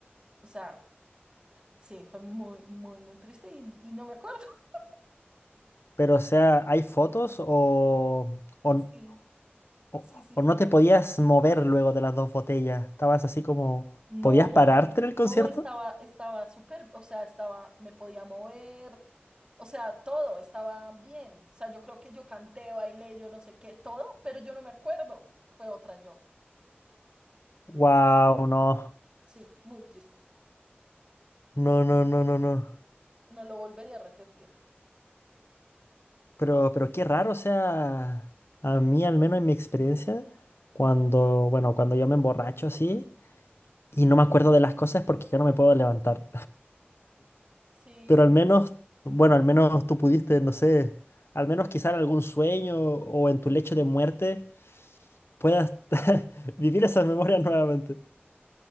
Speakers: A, on the right; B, on the left.
A: o sea, sí, fue muy, muy, muy triste y, y no me acuerdo. <laughs>
B: Pero, o sea, ¿hay fotos o, o,
A: Sí,
B: o-
A: sí, sí,
B: o
A: sí.
B: no te podías mover luego de las dos botellas? Estabas así como,
A: No,
B: ¿podías pararte en el concierto?
A: no estaba, estaba súper, o sea, estaba, me podía mover, o sea, todo estaba bien. O sea, yo creo que yo canté, bailé, yo no sé qué, todo, pero yo no me acuerdo. Fue otra yo.
B: Wow, no,
A: Sí, muy triste.
B: no, no, no, no, no.
A: No lo volvería a repetir.
B: Pero, pero qué raro, o sea, a mí al menos en mi experiencia, cuando, bueno, cuando yo me emborracho así y no me acuerdo de las cosas porque yo no me puedo levantar.
A: Sí,
B: Pero al menos, bueno, al menos tú pudiste, no sé, al menos quizá en algún sueño o en tu lecho de muerte puedas <laughs> vivir esas memorias nuevamente.